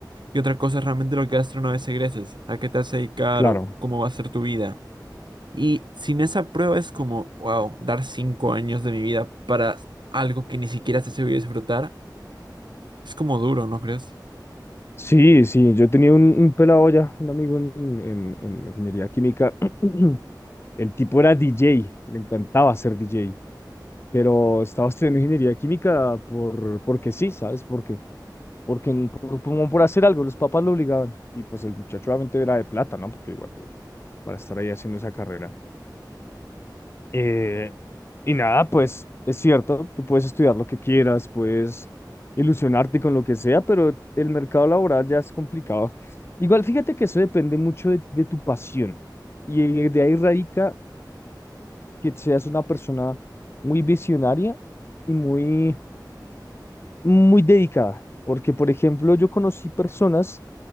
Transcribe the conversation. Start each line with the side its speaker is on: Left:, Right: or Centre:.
Right: y otra cosa es realmente lo que vas a hacer una vez egreses, a qué te vas a dedicar
Left: claro.
Right: o cómo va a ser tu vida. Y sin esa prueba es como, wow, dar cinco años de mi vida para algo que ni siquiera sé si voy a disfrutar. Es como duro, ¿no crees?
Left: Sí, sí, yo tenía un, un pelado ya, un amigo en, en, en ingeniería química. <clears throat> El tipo era DJ, le encantaba ser DJ, pero estaba estudiando ingeniería química por, porque sí, ¿sabes? Porque, porque en- por, como por hacer algo, los papás lo obligaban. Y pues el muchacho obviamente era de plata, ¿no? Porque igual, pues, para estar ahí haciendo esa carrera. Eh, y nada, pues es cierto, tú puedes estudiar lo que quieras, puedes ilusionarte con lo que sea, pero el mercado laboral ya es complicado. Igual fíjate que eso depende mucho de, de tu pasión y de ahí radica que seas una persona muy visionaria y muy muy dedicada, porque por ejemplo yo conocí personas